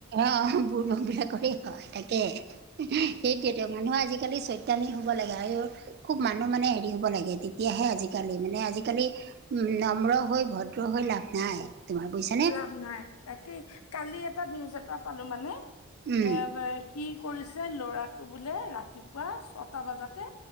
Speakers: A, on the right; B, on the left.
A: অহ বুৰবক বিলাকৰে হয় তাকে। সেইটোয়েতো মানুহ আজিকালি চৈতানি হব লাগে আই ঔ খুব মানুহ মানে হেৰি হ'ব লাগে তেতিয়াহে আজিকালি মানে আজিকালি উম নম্ৰ হৈ ভদ্ৰ হৈ লাভ নাই তোমাৰ বুইছ
B: লাভ নাই তাকেই কালি এটা নিউজ এটা পালো মানে
A: উম
B: এ বাই কি কৰিছে ল'ৰাটো বোলে ৰাতিপুৱা ছটা বাজাতে